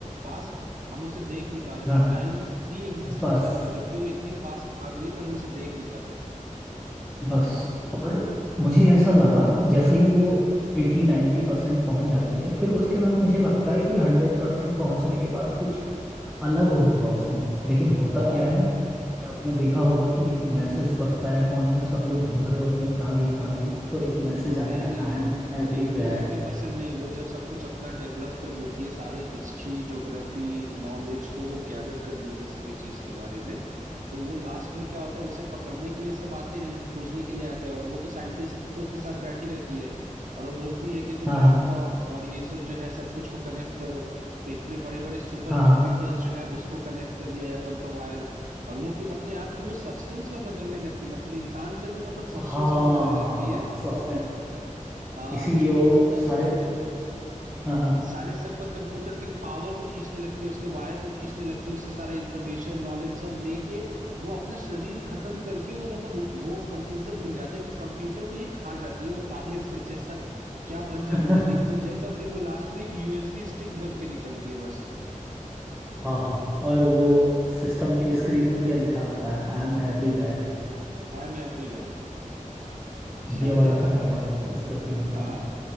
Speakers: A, on the right (about 75°); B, in the centre.
A: फास्ट हम उसे देख नहीं पा रहे
B: हाँ
A: पर टाइम भी एग्जिस्ट
B: बस
A: करता है पर जो कि वो इतनी फास्ट भाग रही है पर हम उसे देख नहीं पाते
B: बस और मुझे ऐसा लगा जैसे ही वो एटी 90% परसेंट पहुंच जाती है फिर उसके बाद मुझे लगता है कि हंड्रेड परसेंट पहुंचने के बाद कुछ अलग होगा उसमें लेकिन होता
A: हाँ
B: क्या है कि आपने देखा होगा कि एक मैसेज बजता है फोन में सब लोग ढूंढ रहे होते हैं कहाँ गई कहाँ गई तो एक मैसेज आता
A: नहीं
B: है
A: नहीं
B: आई
A: नहीं
B: एम एवरीवेयर
A: एटी 90% परसेंट नहीं वो जब सब कुछ अपना डेवलप कर लेती है सारे हिस्ट्री ज्योग्राफी नॉलेज को वो गैदर कर लेती है सभी चीज के बारे में तो वो लास्ट में क्या होता है उसे पकड़ने के लिए सब आते हैं खोजने के लिए आते हैं और वो तो साइंटिस्टों के साथ बैठी रहती है और वो बोलती है कि तुम
B: हाँ
A: लैपटॉप
B: हाँ
A: और ये सब जो है सब कुछ को कनेक्ट करो तो इतने बड़े बड़े सुपर
B: हाँ
A: कंप्यूटर्स
B: हाँ
A: जो है उसको कनेक्ट कर दिया जाता है उनका वायर्स और वो फिर अपने आप को वो सब्सटेंस में बदलने लगती है मतलब इंसान से वो मतलब सब्सटेंस
B: हाँ
A: में बदलने लगती है
B: सब्सटेंस
A: हाँ
B: इसीलिए
A: जो
B: वो
A: वो मतलब
B: सारे हाँ हाँ
A: सारे सुपर कंप्यूटर के पावर को खींचने लगती है उसके वायर को खींचने लगती है उससे सारा इंफॉर्मेशन नॉलेज सब लेके वो अपना शरीर खत्म करके वो मतलब वो वो कंप्यूटर बन जाती है फिर कंप्यूटर को ही खा जाती है वो काले से जैसा क्या बन
B: <laughs>
A: जाती है लिक्विड जैसा फिर वो लास्ट में एक यूएसबी स्टिक बन के निकलती है बस
B: हाँ हाँ और वो सिस्टम के स्क्रीन में क्या लिखा आता है I am everywhere
A: आई एम एवरीवेयर शायद
B: ये वाला
A: है
B: खतरनाक उसका सीन
A: हाँ
B: था